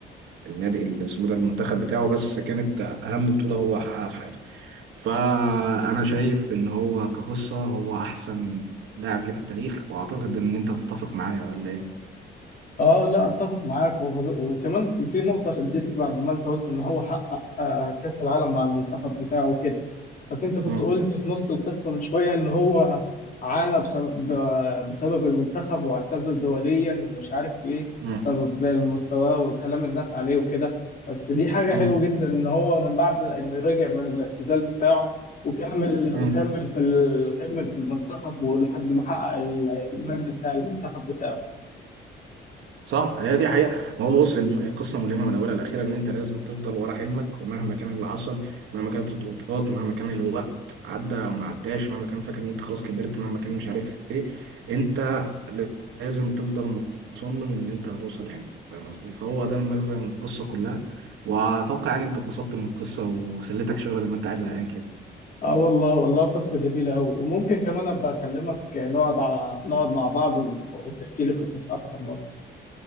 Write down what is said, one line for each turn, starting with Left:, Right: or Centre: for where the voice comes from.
Right: النادي ال- اسمه ده المنتخب بتاعه بس كانت اهم بطولة هو حققها في حياته فانا شايف ان هو كقصة هو احسن لاعب جه في التاريخ واعتقد ان انت هتتفق معايا ولا ايه
Left: اه لا اتفق معاك وب- وكمان في نقطة شدتني بعد ما انت قلت ان هو حقق آه، كأس العالم مع المنتخب بتاعه كده طب انت كنت
Right: مم.
Left: قلت في نص القصة من شوية ان هو عانى بسبب بسبب المنتخب واعتزل دوليا ومش عارف ايه
Right: مم.
Left: بسبب المستوى وكلام الناس عليه وكده بس دي حاجة
Right: مم.
Left: حلوة جدا ان هو من بعد انه رجع من الاعتزال بتاعه وكمل
Right: مم.
Left: وكمل في ال... كمل في المنتخب ولحد ما حقق ال- المجد بتاع المنتخب بتاعه
Right: صح هي دي حقيقة ما هو بص الم- القصة ملهمة من أولها لأخيرا إن أنت لازم تفضل ورا حلمك ومهما كان اللي حصل مهما كانت الضغوطات مهما كان الوقت عدى أو ما عداش مهما كان فاكر إن أنت خلاص كبرت مهما كان مش عارف إيه أنت لازم تفضل مصمم إن أنت هتوصل لحلمك فاهم قصدي فهو ده المغزى من القصة كلها وأتوقع يعني أنت اتبسطت من القصة وسليتك شوية بدل ما أنت قاعد زهقان كده
Left: اه والله والله قصة جميلة قوي وممكن كمان ابقى اكلمك نقعد ع- نقعد مع بعض و... وتحكي لي قصص اكتر برضه